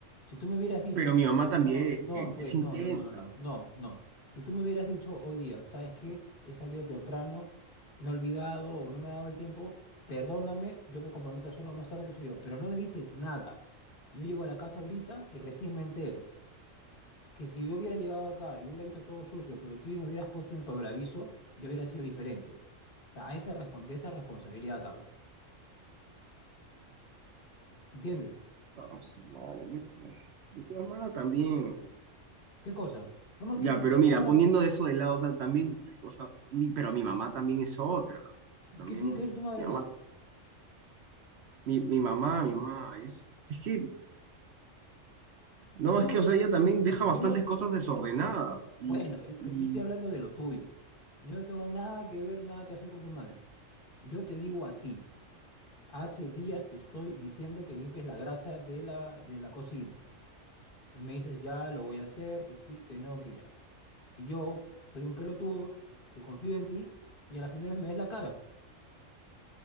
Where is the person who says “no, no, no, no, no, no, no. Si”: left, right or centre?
Left